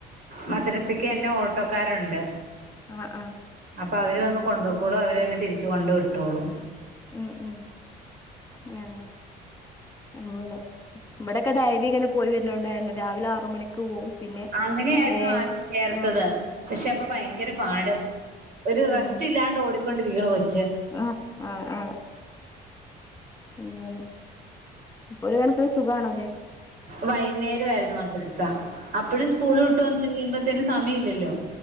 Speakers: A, on the right; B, on the left.
A: മദ്രസക്ക ന്നെ ഓട്ടോക്കാരുണ്ട്
B: ആഹ് ആഹ്
A: അപ്പൊ അവര്
B: ആഹ്
A: വന്ന് കൊണ്ടൊ ക്കോളും അവര് തന്നെ തിരിച്ചു കൊണ്ട് വിട്ടോളും
B: മ് മ് ആഹ് ആഹ് അങ്ങനെ ഇവിടേക്കെ ഡൈ ലി ഇങ്ങനെ പോയി വരുണോണ്ട് ആണ് രാവിലെ ആറു മണി ക്ക് പോവും പിന്നെ
A: അങ്ങനെ ആയിരുന്നു
B: ഏ
A: ആദ്യം ചേർത്തത്
B: ആഹ്
A: പക്ഷെ ഇപ്പ ഭയങ്കര പാട് ഒര് റെസ്റ്റില്ലാണ്ട്
B: ഉം
A: ഓടിക്കൊണ്ടിരിക്കണ് കൊച്ച്
B: ആഹ് അതെ ഇങ്ങനെ ഒര് കണക്ക്ന് സുഖാണതെ
A: വൈന്നേരും ആയിരുന്നു മദ്രസ അപ്പഴും സ്കൂള് വിട്ടു വന്ന് കഴിയുമ്പത് ത്തിന് സമയം ഇല്ലല്ലോ